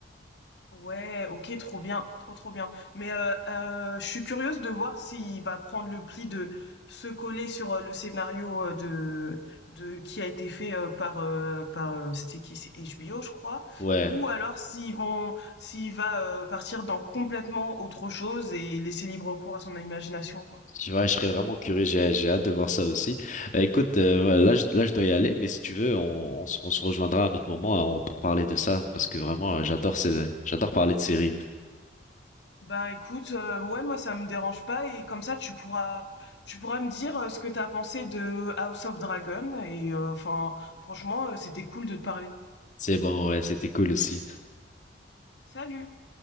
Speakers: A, on the left; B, on the left.
A: Ouais, ok, trop bien, trop trop bien. Mais euh, euh, je suis curieuse de voir s'il va prendre le pli de se coller sur euh, le scénario euh, de de qui a été fait euh, par euh, par euh, c'était qui c'est HBO je crois,
B: Ouais.
A: ou alors s'ils vont s'il va euh, partir dans complètement autre chose et laisser libre cours à son imagination quoi.
B: Je- Ouais, je serais vraiment curieux, j'ai j'ai hâte de voir ça aussi. Euh, écoute, euh, voilà, là, je, là je dois y aller, mais si tu veux, on, on, se on se rejoindra à un autre moment euh, on- pour parler de ça, parce que vraiment, euh, j'adore ces- j'adore parler de séries.
A: Bah écoute, euh, ouais moi ça me dérange pas et comme ça tu pourras tu pourras me dire euh, ce que t'as pensé de House of Dragon et euh, enfin franchement euh, c'était cool de te parler.
B: C'est bon, ouais, c'était cool aussi.
A: salut